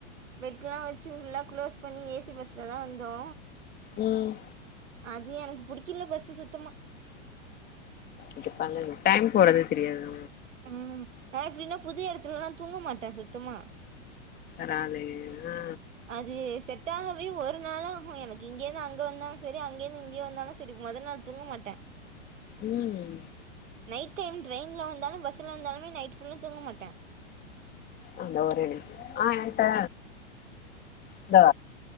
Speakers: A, on the right; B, on the left.
A: பெட்ல்லா வச்சு ஃபுல்லா குளோஸ் பண்ணி ஏசி பஸ்லதா வந்தோ
B: ம்
A: அது எனக்கு புடிக்கில்ல பஸ்சு சுத்தமா
B: இது பண்ணுங் டைம் போறதே தெரியாது.
A: ம் நா எப்டினா புது இடத்துலலா தூங்க மாட்ட சுத்தமா
B: ராலே ஆ
A: அது செட்டாகவே ஒரு நாளாகு எனக்கு இங்கேந்து அங்க வந்தாலு சரி அங்கந்து இங்கியே வந்தாலும் சரி மொதநாள் தூங்க மாட்ட
B: ம்
A: நைட் டைம் ட்ரெயின்ல வந்தாலு பஸ்ல வந்தாலுமே நைட் ஃபுல்லா தூங்க மாட்ட
B: அந்த ஒரு ஆ ஏன்ட்ட இந்த